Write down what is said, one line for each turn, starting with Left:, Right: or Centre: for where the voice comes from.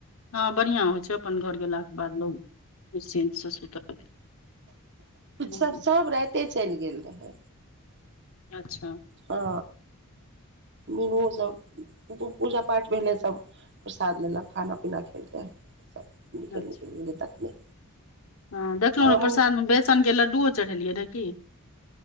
Left: हँ बढ़िआँ होइ छै। अपन घर गेलाके बाद लोग नि्चिन्सँ सुतल हूँ
Right: सब स ओते चैल गेल रहै
Left: अच्छा
Right: हँ। मीनूओ सब पूजा पाठ भेलै। सभ प्रसाद लेलक खाना पीना खेलकै सभ निकल
Left: अच्छा
Right: निकल गेले तखने
Left: हँ देखलहुँ
Right: हमहूँ
Left: रह प्रसादमे बेसनके लड्डुओ चढ़ेलियै रहए की।